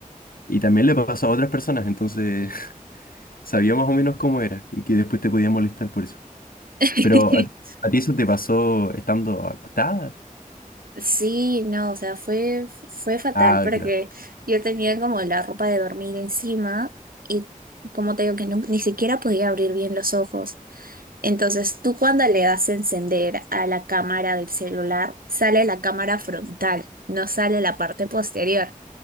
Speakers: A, on the left (about 85°); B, on the right (about 85°).
A: y también le pasó a otras personas, entonces <laughs> sabía más o menos cómo era y que después te podía molestar por eso.
B: <laughs>
A: Pero a, a ti eso te pasó estando acostada.
B: Sí, no, o sea, fue, fue fatal
A: Ah,
B: porque
A: claro.
B: yo tenía como la ropa de dormir encima y como te digo que no- ni siquiera podía abrir bien los ojos. Entonces, tú cuando le das a encender a la cámara del celular, sale la cámara frontal, no sale la parte posterior.